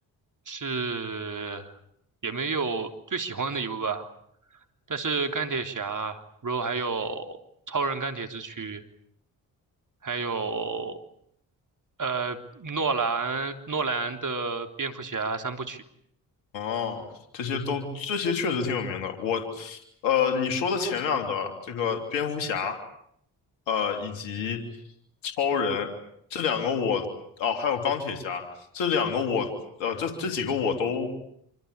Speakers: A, on the right; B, on the left.
A: 是也没有最喜欢的一部吧，但是钢铁侠，然后还有超人钢铁之躯，还有呃诺兰诺兰的蝙蝠侠三部曲。
B: 哦，这些都这些确实挺有名的。我，呃，你说的前两个，这个蝙蝠侠，呃，以及超人这两个我，哦，还有钢铁侠这两个我，呃，这这几个我都